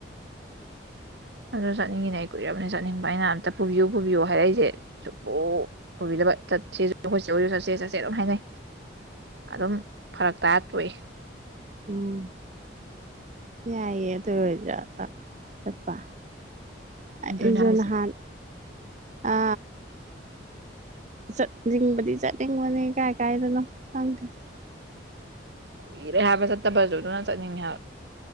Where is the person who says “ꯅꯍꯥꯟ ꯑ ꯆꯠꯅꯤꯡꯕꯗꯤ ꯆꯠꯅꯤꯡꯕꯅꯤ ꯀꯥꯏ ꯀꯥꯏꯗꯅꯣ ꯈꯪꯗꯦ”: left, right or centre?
Right